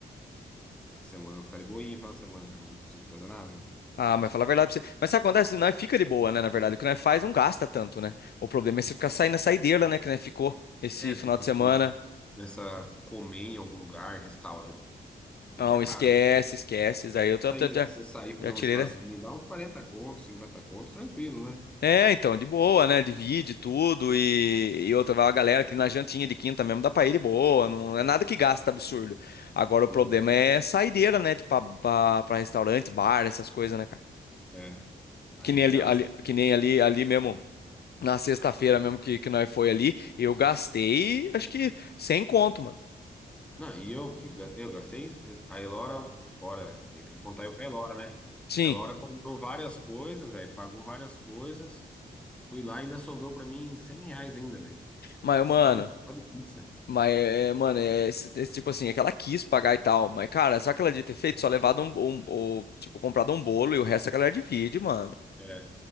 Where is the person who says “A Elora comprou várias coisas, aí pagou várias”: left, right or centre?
Centre